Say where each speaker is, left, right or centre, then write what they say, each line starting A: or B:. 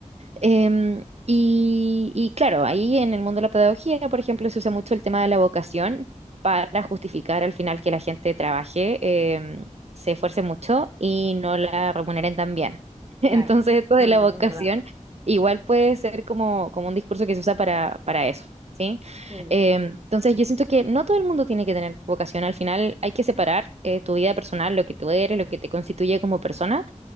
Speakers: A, on the right; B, on the right.
A: Em, y, y claro, ahí en el mundo de la pedagogía, por ejemplo, se usa mucho el tema de la vocación para justificar al final que la gente trabaje, em, se esfuerce mucho y no la remuneren tan bien. <laughs> Entonces,
B: claro,
A: esto de
B: Mm,
A: la vocación
B: es verdad.
A: igual puede ser como, como un discurso que se usa para, para eso. ¿Sí?
B: Mm,
A: Em, entonces yo siento que no todo el mundo tiene que tener vocación. Al final hay que separar eh, tu vida personal, lo que tú eres, lo que te constituye como persona,